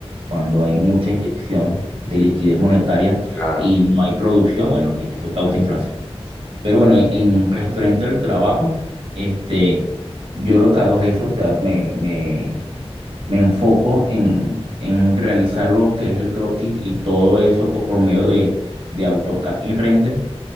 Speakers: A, on the right (about 60°); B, on the left (about 15°).
A: cuando hay
B: ujú,
A: mucha inyección de liquidez monetaria
B: claro.
A: y no hay producción, bueno, y eso causa inflación. Pero bueno, en,
B: Y,
A: en referente al trabajo, este, yo lo que hago es eso, o sea, me, me, me enfoco en, en realizar lo que es el croquis y todo eso co- por medio de, de AutoCAD y Render.